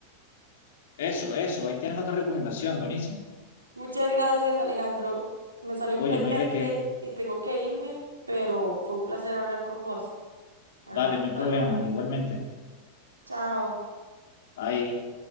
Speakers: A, on the left; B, on the right.
A: Eso, eso, ahí tienes otra recomendación, buenísimo.
B: Muchas gracias, Alejandro. Me salió
A: Oye,
B: un pendiente
A: no hay de qué.
B: y tengo que irme, pero fue un placer hablar con vos. Hablamos
A: Vale, no hay
B: luego,
A: problema,
B: ¿vale?
A: igualmente.
B: Chao.
A: Ahí.